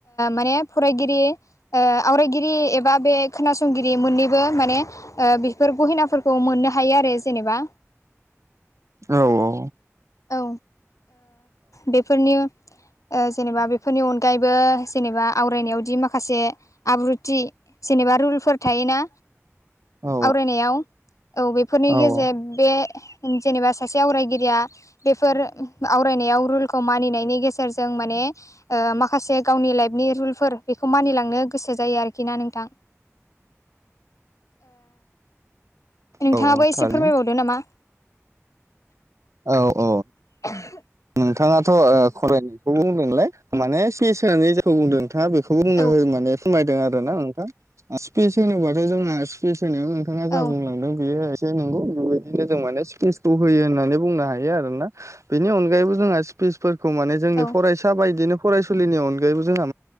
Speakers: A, on the left (about 85°); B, on the right (about 70°).
A: माने फरायगिरि आवरायगिरि एबा बे खोनासंगिरि मोननैबो माने बेफोर गहेनाफोरखौ मोननो हायो आरो जेनेबा।
B: औ औ।
A: औ बेफोरनि जेनेबा बेफोरनि अनगायैबो जेनेबा ओ आवरायनायावदि माखासे आब्रुथि जेनेबा रुलफोर थायोना।
B: औ
A: आवरायनायाव औ बेफोरनि
B: औ
A: गेजेर बे जेनेबा सासे आवरायगिरिया बेफोर आवरायनायाव रुलखौ मानिनायनि गेजेरजों माने माखासे गावनि लाइफनि रुलफोर बेखौ मानिलांनो गोसो जायो आरोखि ना नोंथां। नोंथाङाबो
B: औ औ
A: एसे
B: थारैनो
A: फोरमायबावदो नामा?
B: औ ओ
A: <inaudible>
B: नोंथाङाथ' ओ फरायनायखौबो बुंदोंलाय माने सस होनानै जायखौ बुंदों नोंथाङा बे खौ बुंनो
A: औ
B: हो माने फोरमायदों आरो ना नोंथां स्पिस होनोब्लाथाय जोंना जेखिनिखौ नोंथाङा
A: औ
B: जा बुंलांदों बेयो नगौ बेबायदिनो जों माने स्पेसखौ होयो होननानै बुंनो हायो आरो ना बेनि अनगायैबो जोंहा फिसफोरखौ माने जोंनि
A: औ
B: फरायसा बायनो फरायसुलिनि ‌अनगायैबो जोंहा